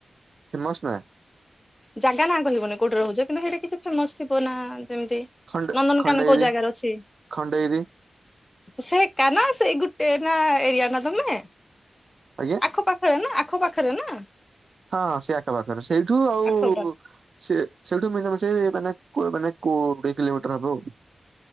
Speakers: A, on the right (about 65°); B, on the left (about 25°).
A: ଫେମସ ନା
B: ଜାଗା ନା କହିବନି କୋଉଠି ରହୁଛ କିନ୍ତୁ ହେଇଠେ କିଛି ଫେମସ ଥିବ ନା ଯେମିତି
A: ଖଣ୍ଡ
B: ନନ୍ଦନକାନ
A: ଖଣ୍ଡଗିରି
B: କୋଉ ଜାଗାରେ ଅଛି?
A: ଖଣ୍ଡଗିରି
B: ସେ ଏକା ନାଁ ସେଇ ଗୋଟେ ନାଁ ଏରିୟା ନା ତମେ?
A: ଆଜ୍ଞା।
B: ଆଖ ପାଖରେ ନା ଆଖ ପାଖରେ ନା
A: ହଁ ସେ ଆଖପାଖରେ ସେଇଠୁ ଆଉ
B: ଆଖ ପାଖ
A: ସେ ସେଇଠୁ ମିନିମମ୍ ସେ ମାନେ କ ମାନେ କୋଡିଏ କିଲୋମିଟର ହବ ଆଉ।